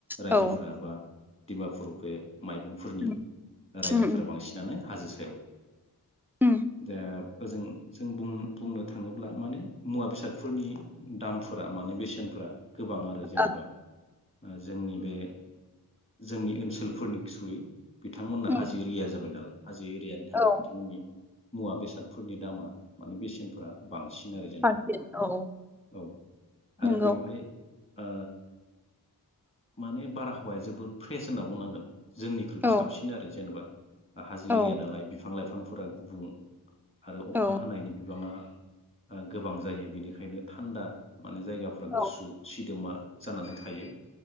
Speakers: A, on the left; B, in the centre.
A: रायजोफोरा
B: औ
A: बा दिमापुराव बे माइबंफोरनि
B: उम
A: रायजोफोरा
B: उम
A: बांसिनानो हाजो सायाव
B: उम
A: दा ओजों जों बुं बुंनो थाङोब्ला माने मुवा बेसादफोरनि दामफोरा माने बेसेनफोरा गोबां आरो जेनेबा
B: ओ
A: ओ जोंनि बे जोंनि ओनसोलफोरनि थ्रुयै बिथांमोनहा
B: उम
A: हाजो एरिया जाबाय नालाय हाजो एरियानि थाखाय
B: औ
A: बिथांमोननि मुवा बेसादफोरनि दामा माने बेसेनफोरा बां सिन आरो जेनेबा
B: बांसिन औ
A: औ आरो
B: नंगौ
A: बेवहाय ओ माने बारा- जोब बहुद फ्रेस होनना बुंनांगोन जोंनिख्रुइबो
B: औ
A: साबसिन आरो जेनेबा हाजो
B: औ
A: एरिया नालाय बिफां लाइफां- फोरा गुबुं आरो अखा
B: औ
A: हानायनि बिबाङा गोबां जायो बेनिखायनो थान्दा माने जायगाफ्रा
B: औ
A: गुसु सिदोमा जानानै थायो